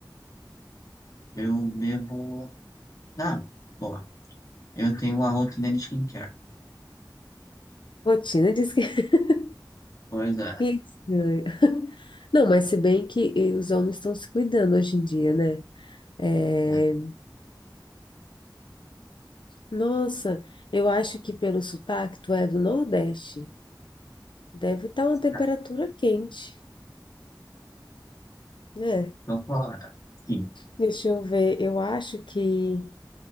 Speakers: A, on the left; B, on the left.
A: eu bebo. Ah, bom, eu tenho uma rotina de skincare.
B: Rotina diz que. <laughs>
A: Pois é.
B: Que estranho. <laughs> Não, mas se bem que eh, os homens estão se cuidando hoje em dia, né? É,
A: né?
B: Nossa, eu acho que pelo sotaque tu é do Nordeste. Deve estar uma temperatura
A: É,
B: quente, né?
A: Então, qual é? sim,
B: Deixa eu ver, eu acho que